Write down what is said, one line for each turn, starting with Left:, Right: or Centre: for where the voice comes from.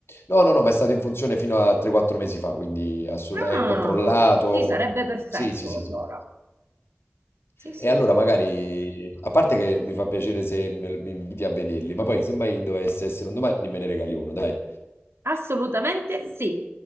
Left: No, no, no, ma è stato in funzione fino a 3-4 mesi fa, quindi assolutamente
Right: Ah,
Left: è controllato.
Right: sì, sarebbe perfetto
Left: Sì, sì, sì,
Right: allora.
Left: sì.
Right: Sì, sì.
Left: E allora magari, a parte che mi fa piacere se me- mi inviti a vederli, ma poi se mai dovesse essere un domani me ne regali uno, dai.
Right: Assolutamente sì,